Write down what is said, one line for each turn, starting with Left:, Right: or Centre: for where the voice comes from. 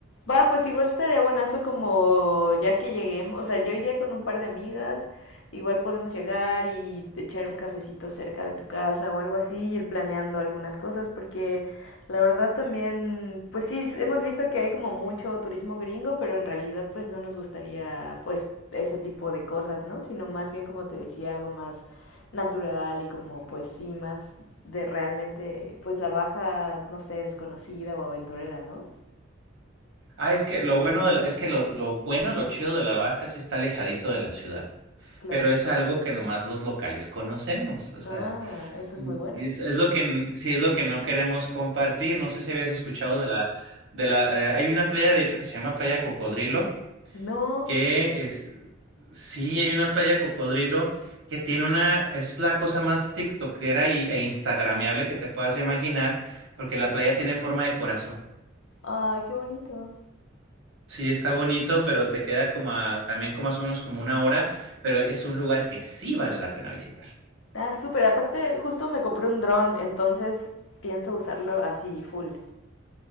Left: Va, pues igual estaría buenazo como ya que lleguemos, o sea, yo iría con un par de amigas, igual podemos llegar y echar un cafecito cerca de tu casa o algo así, ir planeando algunas cosas, porque la verdad también, pues sí, s- hemos visto que hay como mucho turismo gringo, pero en realidad pues no nos gustaría pues ese tipo de cosas, ¿no? Sino más bien como te decía, algo más natural y como pues sí, más de realmente pues la baja, no sé, desconocida o aventurera, ¿no?
Right: Ah, es que lo bueno de la- es que lo, lo bueno, lo chido de la Baja sí está alejadito de la ciudad,
Left: Claro.
Right: pero es algo que nomás los locales conocemos, o sea,
Left: Ah, eso
Right: Mm.
Left: es muy bueno.
Right: y es, es lo que n- sí es lo que no queremos compartir. No sé si habías escuchado de la de la eh, hay una playa de hecho que se llama Playa Cocodrilo,
Left: No.
Right: que es sí, hay una playa Cocodrilo que tiene una es la cosa más tiktokera y, e instagrameable que te puedas imaginar, porque la playa tiene forma de corazón.
Left: Ay, qué bonito.
Right: Sí, está bonito, pero te queda como a- también como más o menos como una hora, pero es un lugar que sí vale la pena visitar.
Left: Ah, súper. Aparte, justo me compré un dron, entonces pienso usarlo así, full.